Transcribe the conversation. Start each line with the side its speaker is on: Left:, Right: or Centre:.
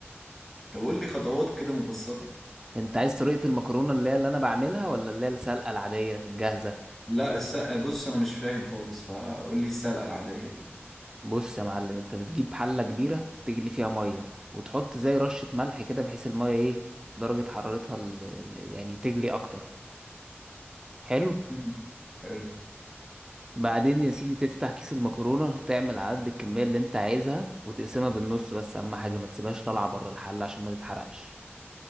Centre: طب قول لي خطوات كده مبسطة
Right: انت عايز طريقه المكرونه اللي هي اللي انا بعملها ولا اللي هي السلقه العاديه الجاهزه
Centre: لا السلقة بص انا مش فاهم خالص فقول لي السلقة العادية كده
Right: بص يا معلم انت بتجيب حلة كبيرة تجلي فيها مية وتحط زي رشة ملح كده بحيث المية ايه درجة حرارتها ال- ال- يعني تجلي اكتر حلو
Centre: مم. حلو
Right: بعدين يا سيدي تفتح كيس المكرونة تعمل عدد الكمية اللي انت عايزها وتقسمها بالنص بس اهم حاجة ما تسيبهاش طالعة بره الحلة عشان ما تتحرقش